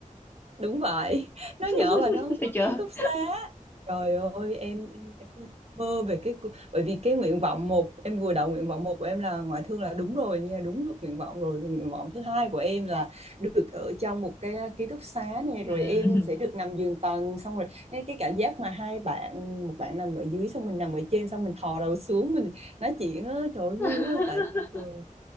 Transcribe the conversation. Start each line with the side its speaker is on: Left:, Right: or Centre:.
Right: đúng vậy <laughs> nó
Left: <laughs>
Right: nhỏ và nó không
Left: thấy
Right: có
Left: chưa?
Right: ký túc xá trời ơi em em, em mơ về cái bởi vì cái nguyện vọng một em vừa đậu nguyện vọng một của em là ngoại thương là đúng rồi nha đúng được nguyện vọng rồi nguyện vọng thứ hai của em là được ở trong một cái ký túc xá này
Left: Ừ.
Right: rồi em sẽ được nằm giường tầng xong rồi cái, cái cảm giác mà hai bạn một bạn nằm ở dưới xong mình nằm ở trên xong mình thò đầu xuống mình nói chuyện á trời ơi,
Left: <laughs>
Right: vui quá tại bình thường